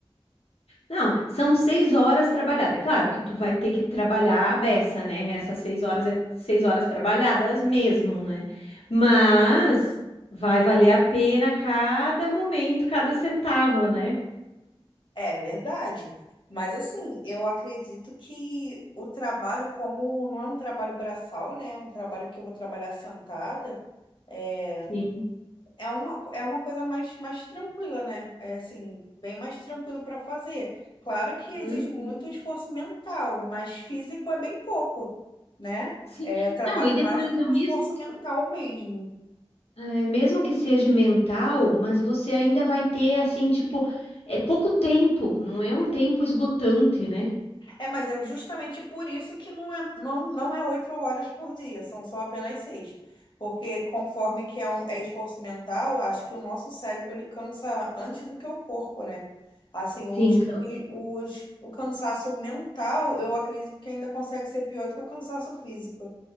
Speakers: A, on the left; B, on the left.
A: Não, são seis horas trabalhadas. Claro que tu vai ter que trabalhar a beça, né? Essas seis horas é seis horas trabalhadas mesmo, né? Mas vai valer a pena cada momento, cada centavo, né?
B: É verdade. Mas assim, eu acredito que o trabalho, como não é um trabalho braçal, né? É um trabalho que eu vou trabalhar sentada, é,
A: Sim.
B: é uma, co- é uma coisa mais, mais tranquila, né? É assim, bem mais tranquilo para fazer. Claro que exige
A: Uhum.
B: muito esforço mental, mas físico é bem pouco, né?
A: Sim.
B: É, eu trabalho
A: Não, e depois,
B: mais com
A: assim, ó, mesmo
B: esforço
A: que,
B: mental mesmo.
A: é, mesmo que seja mental, mas você ainda vai ter, assim, tipo, é pouco tempo, não é um tempo esgotante, né?
B: É, mas é justamente por isso que não é, não, não é oito horas por dia, são só apenas seis. Porque conforme que é, um- é esforço mental, acho que o nosso cérebro ele cansa antes do que o corpo, né? Assim, os,
A: Sim, câncer.
B: o, os, o cansaço mental, eu acredito que ainda consegue ser pior do que o cansaço físico,